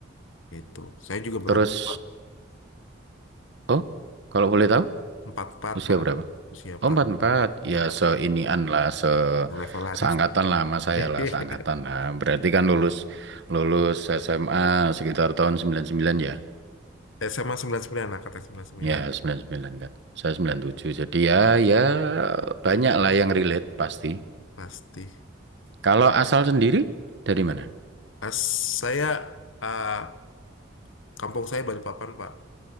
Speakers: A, on the left; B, on the right.
A: Gitu. Saya juga berumur
B: Terus
A: Pak.
B: oh, kalau boleh tahu
A: empat puluh empat,
B: usia
A: Pak.
B: berapa?
A: Usia empat
B: Oh, empat
A: puluh empat
B: empat,
A: Ya,
B: ya seinian lah, se
A: levelan.
B: seangkatan lah sama saya
A: <laughs>
B: lah, seangkatan lah. Berarti kan lulus lulus SMA sekitar tahun sembilan sembilan ya,
A: SMA 99 lah, kata sembilan angkatan sembilan puluh
B: ya
A: sembilan.
B: sembilan sembilan kan. Saya sembilan tujuh jadi ya ya banyak lah yang relate pasti.
A: Pasti.
B: Kalau asal sendiri dari mana?
A: Ah, saya, ah, kampung saya Balikpapan, Pak.